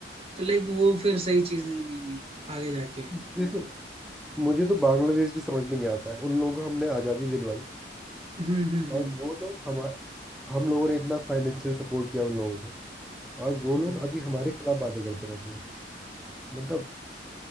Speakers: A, on the right; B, in the centre.
A: तो लाइक वो फिर सही चीजें नहीं है आगे जाके
B: मुझे तो मुझे तो बांग्लादेश भी समझ में नहीं आता है उन लोगों को हमने आज़ादी दिलवाई
A: हम्म हम्म
B: और
A: हम्म
B: वो लोग हमारे हम लोगों ने इतना फाइनेंशियल सपोर्ट किया उन लोगों को और वो
A: हम्म।
B: लोग अभी हमारे खिलाफ बातें करते रहते हैं मतलब